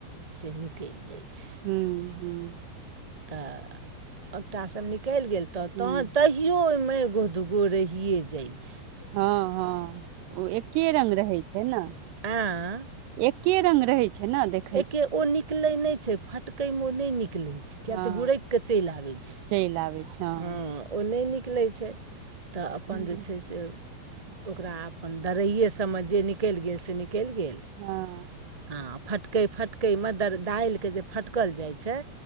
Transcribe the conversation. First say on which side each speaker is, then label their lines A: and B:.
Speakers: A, on the right; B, on the right.
A: से निकलि जाइ छै
B: हूँ हूँ
A: तऽ एकटासब निकलि गेल तऽ
B: हुँ
A: तहन तै कियो ओहिमे एगो दूगो रहिए जाइ छै
B: हँ हँ ओ एके रंग रहै छै ने
A: आँ
B: एक् रङंग रहै छै ने देख
A: एके ओ निकलै नहि छै फटकैमे ओ नहि निकलै छै किएक
B: हँ
A: तऽ गुरकि कऽ चलि आबै छै
B: चलि आबै छै हाँ
A: हँ ओ नहि निकलै छै तऽ
B: हँ
A: अपन जे छै से ओकरा अपन दरैए सबमे जे निकलि गेल से निकलि गेल
B: हँ।
A: हँ, फटकै-फटकैमे दर डाइल के जे फटकल जाइ छै।